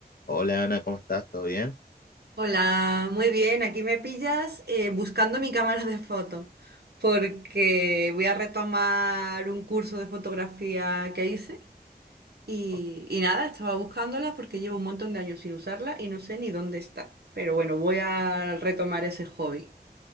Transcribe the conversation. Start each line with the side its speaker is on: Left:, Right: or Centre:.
Left: Hola Ana, ¿cómo estás? ¿Todo bien?
Right: Hola, muy bien. Aquí me pillas eh, buscando mi cámara de fotos porque voy a retomar un curso de fotografía que hice y,
Left: Bu-
Right: y nada, estaba buscándola porque llevo un montón de años sin usarla y no sé ni dónde está. Pero bueno, voy a retomar ese hobby.